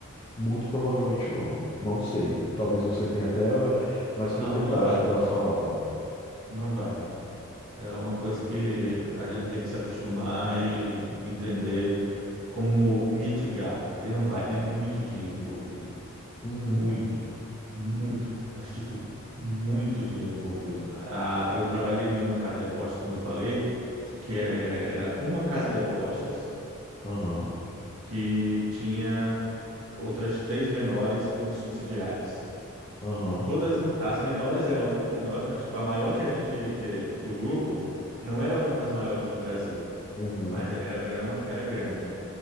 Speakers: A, on the left; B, on the right.
A: Muito provavelmente não. Não sei. Talvez você tenha até eh, mais
B: Não,
A: propriedade
B: não vai.
A: para falar.
B: Não vai. É uma coisa que a gente tem que se acostumar e entender como mitigar, porque não vai. É muito dinheiro envolvido.
A: Uhum,
B: Muito. Muito. Mas, tipo, muito dinheiro envolvido. A- a- eu trabalhei em uma casa de apostas, como eu falei, que é- era uma casa de apostas
A: aham,
B: que tinha outras três menores como subsidiárias.
A: aham,
B: Todas as menores eram ainda menores, mas tipo a maior que a gente que é do grupo não era uma das maiores do Brasil,
A: uhum,
B: mas era era uma, era grande.